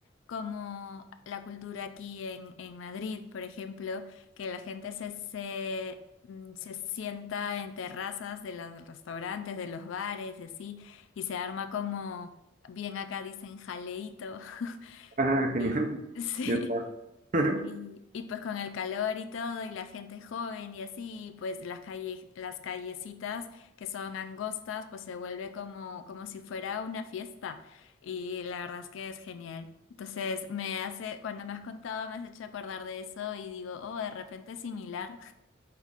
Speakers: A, on the left (about 75°); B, on the right (about 40°).
A: como la cultura aquí en, en Madrid, por ejemplo, que la gente se, se, mm, se sienta en terrazas de los restaurantes, de los bares y así, y se arma como, bien acá dicen jaleíto. <laughs>
B: Ah, genial.
A: Y
B: <laughs>
A: sí.
B: Ya está. <laughs>
A: Y, y pues con el calor y todo, y la gente joven y así, pues las calles, las callecitas que son angostas, pues se vuelve como, como si fuera una fiesta. Y la verdad es que es genial. Entonces me hace, cuando me has contado, me has hecho acordar de eso y digo, oh, de repente es similar.